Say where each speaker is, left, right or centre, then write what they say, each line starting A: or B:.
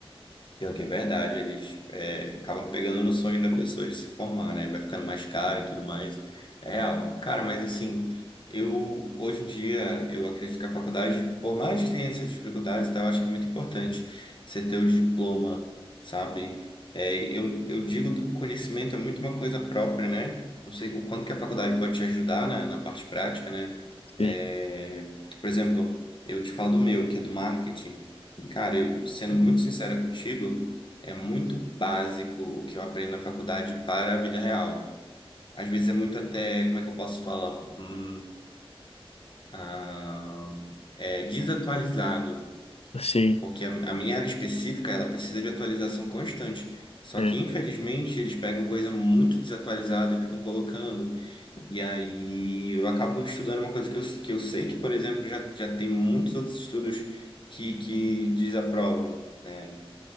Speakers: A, on the left (about 55°); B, on the left (about 85°).
A: Pior que é verdade, eles é, acabam pegando no sonho da pessoa de se formar, né? Vai ficando mais caro e tudo mais. É real. Cara, mas assim, eu hoje em dia eu acredito que a faculdade, por mais que tenha essas dificuldades, e tal, eu acho que é muito importante você ter o diploma, sabe? É, eu, eu digo do- conhecimento é muito uma coisa própria, né? Não sei o quanto que a faculdade pode te ajudar na, na parte prática, né?
B: Sim,
A: É, por exemplo, eu te falo do meu, que é do marketing. Cara, eu, sendo muito sincero contigo, é muito básico o que eu aprendo na faculdade para a vida real. Às vezes é muito até, como é que eu posso falar? Hum, ah, é desatualizado,
B: sim.
A: porque a, a minha área específica, ela precisa de atualização constante. Só
B: é.
A: que, infelizmente, eles pegam coisa muito desatualizada e ficam colocando. E aí eu acabo estudando uma coisa que eu, que eu sei que, por exemplo, já, já tem muitos outros estudos que, que desaprovam, né?